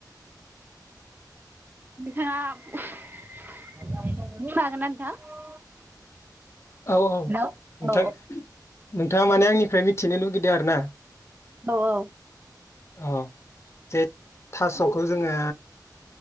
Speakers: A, on the right; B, on the left.
A: नोंथाङा <inaudible> बुंनो हागोन ना नोंथां?
B: औ औ नोंथां
A: हेलौ औ
B: नोंथाङा माने आंनिफ्राय मिथिनो लुगैदो आरो ना?
A: औ औ।
B: अ जे थास'खौ जोङो